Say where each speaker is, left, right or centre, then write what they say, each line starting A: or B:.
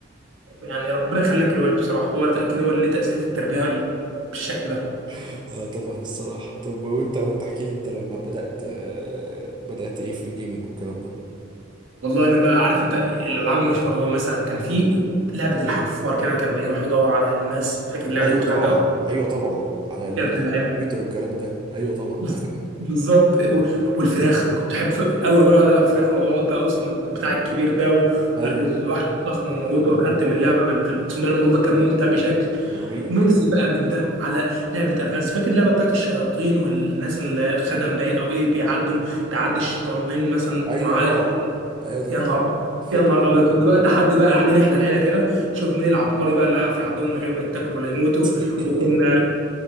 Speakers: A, on the right; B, on the right.
A: يعني ربنا يخليك للوالد بصراحه هو اكيد هو اللي ليه تاثير في التربيه بالشكل ده
B: <laughs> آه طبعا الصراحة طب وأنت وأنت احكي لي أنت لما بدأت آه بدأت إيه في الجيمنج والكلام ده
A: والله انا بقى عارف انت الالعاب المشهوره هو مثلا كان في لعبه الحفار كده كان بيروح يدور على الماس فاكر اللعبه
B: أيوه
A: دي كنت
B: طبعا
A: بحبها أوي.
B: أيوه طبعا على ال-
A: يا ابن
B: على
A: اللعيبه
B: الكمبيوتر والكلام ده أيوه طبعا
A: بز-
B: عارف
A: بالظبط و- والفراخ كنت احب قوي قوي اقعد العب فراخ واقعد بقى اوصل للبتاع الكبير ده و...
B: أيوه
A: لا والوحش الضخم وموته واخدت من اللعبه اقسم بالله الموضوع ده كان ممتع بشكل
B: كان رهيب
A: وميكس بقى من ده على لعبه الغاز فاكر اللعبه بتاعت الشياطين والناس اللي خدم باين او ايه بيعدوا تعدي الشيطانين مثلا
B: أيوه
A: ومعاه
B: طبعا أيوه طبعا
A: يا نهار
B: فاكر
A: يا نهار ابيض كنا بقى تحدي بقى قاعدين احنا العيله كده نشوف مين العبقري بقى اللي هيعرف يعدهم من غير ما يتاكلوا ولا يموتوا
B: <laughs>
A: وكنا